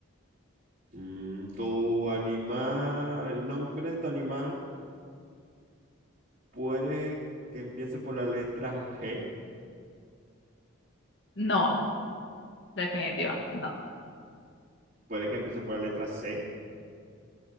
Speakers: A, on the right; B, on the left.
A: Mm, tu animal, el nombre de tu animal puede que empiece por la letra G,
B: No, definitiva, no,
A: puede que empiece por la letra C.